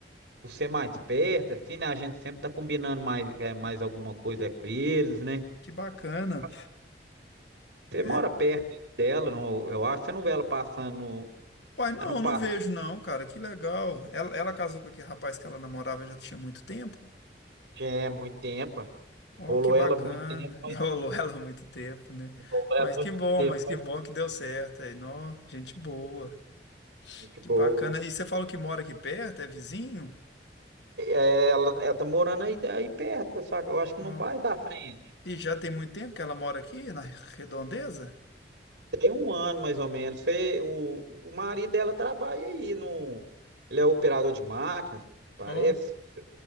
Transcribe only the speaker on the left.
Que bacana.
É,
Uai, não,
não vejo não, cara. Que legal. Ela, ela casou com aquele rapaz que ela namorava já tinha muito tempo?
Oh, que bacana.
<laughs> Enrolou ela há muito tempo, né?
Mas
que bom,
mas que bom que deu certo. Aí, nó, gente boa.
Que bacana. E você falou que mora aqui perto, é vizinho?
Ó.
E já tem muito tempo que ela mora aqui, na Redondeza?
Ó.